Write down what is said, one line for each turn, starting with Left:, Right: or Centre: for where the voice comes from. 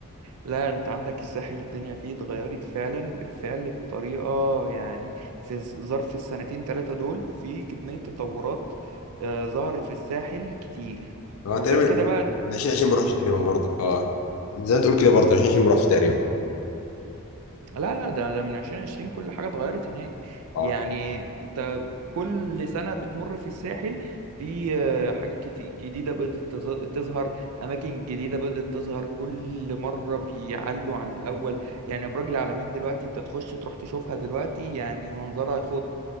Right: لا انت عندك الساحل الدنيا فيه اتغيرت فعلا بالفعل بطريقة يعني في ظ- ظرف السنتين ثلاثة دول في كمية تطورات آه، ظهرت في الساحل كتير
Left: اه
Right: وغير
Left: تقريبا
Right: كده بقى
Left: من 20 20
Right: مم.
Left: ما رحتش تقريبا برضك اه زي ما تقول كده برضه 20 20 ما رحتش تقريبا
Right: لا لا ده ده من 2020 كل حاجة اتغيرت هناك
Left: اه
Right: يعني انت كل سنة بتمر في الساحل في آه، حاجات كتي- جديدة بدأت تظ- تظهر أماكن جديدة بدأت تظهر كل مرة بيعلوا عن الأول يعني أبراج العلمين دلوقتي أنت تخش تروح تشوفها دلوقتي يعني منظرها يخض